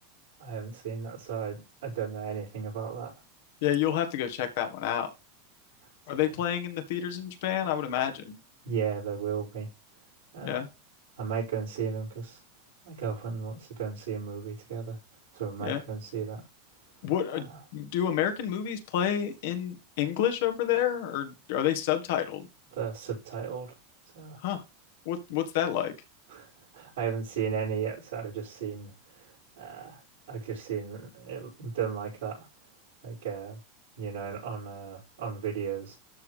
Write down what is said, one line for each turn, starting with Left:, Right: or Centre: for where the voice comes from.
Right: I haven't seen that, so I, I don't know anything about that.
Left: Yeah, you'll have to go check that one out.
Right: So,
Left: Are they playing in the theaters in Japan? I would imagine.
Right: yeah, there will be. Uh,
Left: Yeah.
Right: I might go and see them because my girlfriend wants to go and see a movie together. So we might
Left: Yeah.
Right: go and see that.
Left: What
Right: Uh,
Left: uh, do American movies play in English over there, or are they subtitled?
Right: they're subtitled. So
Left: Huh. What what's that like?
Right: <laughs> I haven't seen any yet, so I've just seen, uh, I've just seen it done like that. like uh you know on uh on videos